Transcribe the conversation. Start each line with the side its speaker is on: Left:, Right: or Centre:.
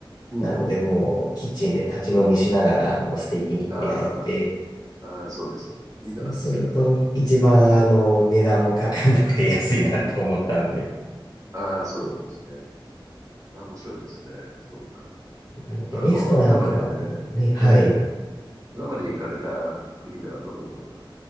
Right: うん、
Left: なので、
Right: うん。
Left: もう、キッチンで立ち飲みしながら、あの、ステーキ肉焼いて、
Right: ああ。ああ、そうですね。いいじゃないですか。
Left: そうすると、市場の値段もかかんなくて安いなって思ったんで。
Right: うん、うん、うん、うん、うん。ああ、そうなんですね。ああ、面白いですね。そうか。
Left: なので、
Right: あの、
Left: レストランとかもね、
Right: 今まで、
Left: はい。
Right: ええ、今まで行かれた国ではどんなところが